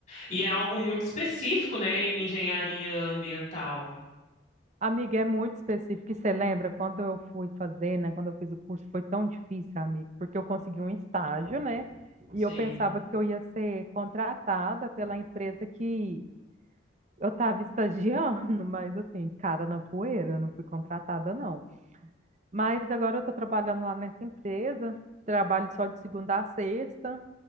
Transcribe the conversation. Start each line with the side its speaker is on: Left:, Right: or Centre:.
Left: E é algo muito específico, né? Engenharia ambiental.
Right: Amiga, é muito específico. E você lembra quando eu fui fazer, né? Quando eu fiz o curso, foi tão difícil, amigo, porque eu consegui um estágio, né?
Left: Sim.
Right: E eu pensava que eu ia ser contratada pela empresa que eu estava estagiando, <laughs> mas assim, cara na poeira, eu não fui contratada, não. Mas agora eu estou trabalhando lá nessa empresa, trabalho só de segunda a sexta.